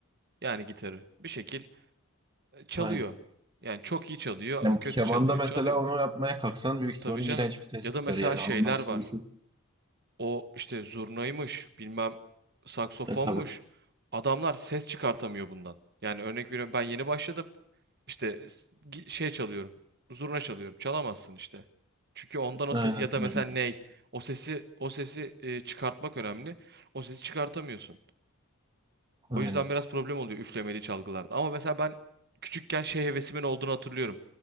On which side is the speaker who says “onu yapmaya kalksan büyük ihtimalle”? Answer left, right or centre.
Right